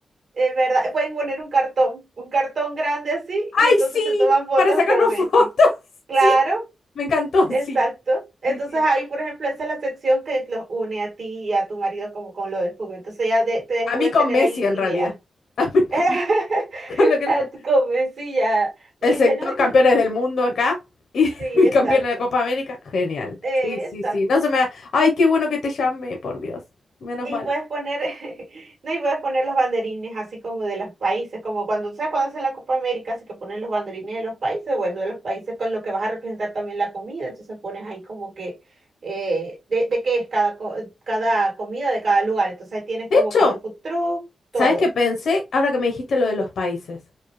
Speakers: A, on the right (about 55°); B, on the left (about 70°).
A: es verdad, pueden poner un cartón, un cartón grande así,
B: ¡Ay,
A: y entonces
B: sí!
A: se toman fotos
B: Para sacarnos
A: con Messi.
B: <laughs> fotos.
A: Claro,
B: Sí, me encantó,
A: exacto.
B: sí.
A: Entonces
B: Sí, sí.
A: ahí, por ejemplo, esa es la sección que los une a ti y a tu marido como con lo del fútbol. Entonces ya de- te
B: A
A: puedes
B: mí con
A: tener
B: Messi
A: ahí
B: en
A: ideas.
B: realidad. A mí con,
A: <laughs>
B: con lo que
A: A
B: lo amo.
A: tu Messi ya. Dice,
B: El sector
A: no, este,
B: campeones del mundo acá y <laughs>
A: sí,
B: mi
A: exacto,
B: campeón de la Copa América. Genial.
A: eh,
B: Sí, sí,
A: exacto.
B: sí. No se me da- Ay, qué bueno que te llamé, por Dios. Menos
A: Y
B: mal.
A: puedes poner, <laughs> no, y puedes poner los banderines así como de los países, como cuando, ¿sabes? Cuando hacen la Copa América, así que ponen los banderines de los países, bueno, de los países con lo que vas a representar también la comida, entonces pones ahí como que, eh, de, de qué es cada, co- cada comida de cada lugar, entonces ahí tienes como
B: De hecho,
A: que los food truck, todo.
B: ¿sabes qué pensé ahora que me dijiste lo de los países?